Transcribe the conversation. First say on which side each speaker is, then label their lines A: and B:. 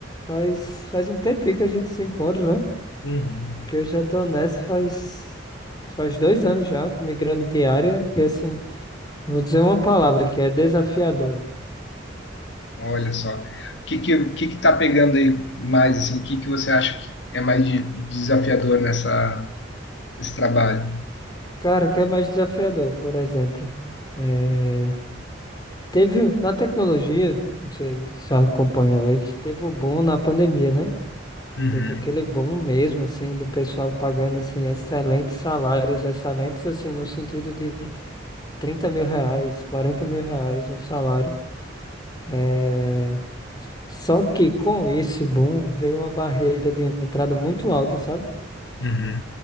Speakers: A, on the left; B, on the left.
A: Faz, faz um tempinho que a gente se encontra, né?
B: Uhum.
A: Que eu já tô nessa faz, faz dois anos já, tô migrando de área. E assim, vou dizer uma palavra que é desafiador.
B: Olha só. O que que, o que que tá pegando aí mais, assim? O que que você acha que é mais de- desafiador nessa, nesse trabalho?
A: Cara, o que é mais desafiador, por exemplo? É, teve na tecnologia, não sei se você acompanhou aí, que teve o boom na pandemia, né?
B: Uhum.
A: Teve aquele boom mesmo, assim, do pessoal pagando, assim, excelentes salários, excelentes, assim, no sentido de trinta mil reais, quarenta mil reais um salário. É... Só que com esse boom veio uma barreira de entrada muito alta, sabe?
B: Uhum.